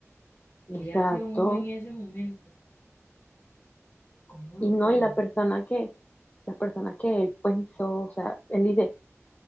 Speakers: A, on the left; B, on the left.
A: ¿Qué
B: Exacto.
A: hace uno en ese momento? ¿Cómo lo
B: Y no,
A: toma?
B: y la persona que, la persona que él pensó, o sea, él dice